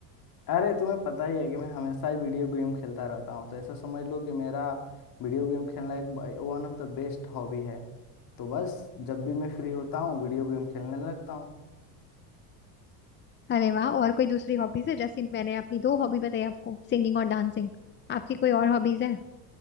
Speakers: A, on the left; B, on the left.
A: अरे तुम्हें पता ही है कि मैं हमेशा ही वीडियो गेम खेलता रहता हूँ तो ऐसा समझ लो कि मेरा वीडियो गेम खेलना एक one of the best hobby है तो बस जब भी मैं फ्री होता हूँ वीडियो गेम खेलने लगता हूँ
B: अरे वाह और कोई दूसरी हॉबीज है जैसे मैंने अपनी दो हॉबी बताई आपको सिंगिंग और डांसिंग आपकी कोई और हॉबीज है